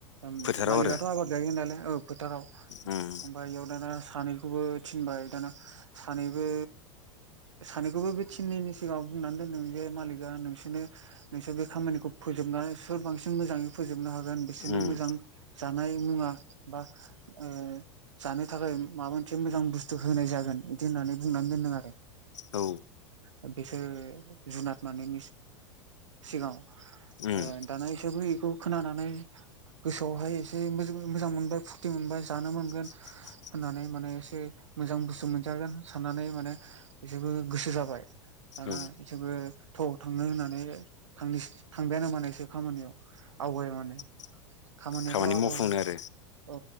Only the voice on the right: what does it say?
ओम
मालिखाथ'
आबाद गायो नालाय ओ फोथाराव।
बेयाव दाना सानैखौबो थिनबाय दाना सानैबो सानैखौबो बे थिनैनि सिगाङाव बुंनानै दोनदों जे मालिका नोंसोरनो नोंसोर बे खामानिखौ फोजोबनानै सोर बांसिन मोजाङै फोजोबनो हागोन बिसोरनो
मोजां जानाय मुवा बा ओ जानो थाखाय माबा मोनसे मोजां बुस्थु होनाय जागोन इदि होननानै बुंनानै दोनदों आरो।
ओ बिसोर जुनाद मानैनि सिगाङाव
ओ दाना इसोरबो बेखौ खोनानानै गोसोआवहाय एसे मोजो मोजां मोनबाय फुरथि मोनबाय जानो मोनगोन
होननानै माने एसे मोजां बुस्थु मोनजागोन साननानै माने बेसोरबो गोसो जाबाय। दाना
इसोबो थोव थांनो होननानै थांनिसि थांबायानो माने एसोर खामानियाव। आवगाय माने
खामानियाथ' आगायबाय
औ